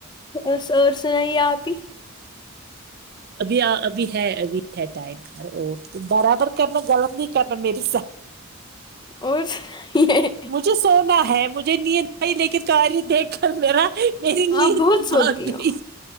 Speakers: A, on the left; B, on the right.
A: اس اور سنائیے آپی
B: ابھی ابھی ہے ابھی ہے ٹائم برابر کرنا غلط نہیں کرنا میری ساتھ
A: اور سنائیے
B: مجھے سونا ہے مجھے نیند آئی لیکن کاری دیکھ میرا میری نیند
A: آپ بہت
B: ہی
A: سوتی
B: بھاگ گئی
A: ہو